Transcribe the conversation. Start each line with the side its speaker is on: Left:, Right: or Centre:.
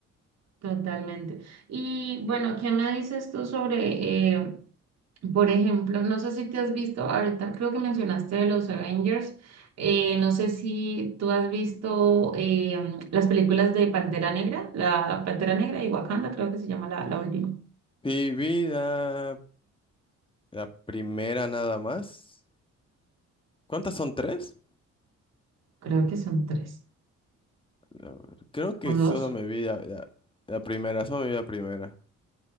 Right: Totalmente. Y bueno, ¿qué me dices tú sobre eh, Por ejemplo, no sé si te has visto, ahorita creo que mencionaste de los Avengers, eh, no sé si tú has visto eh, las películas de Pantera Negra, la Pantera Negra y Wakanda, creo que se llama la, la última,
Left: Sí, vi la, la primera nada más. ¿Cuántas son? ¿Tres?
Right: creo que son tres
Left: A ver, Creo que
Right: o dos.
Left: solo me vi la, la- la primera, solo me vi la primera.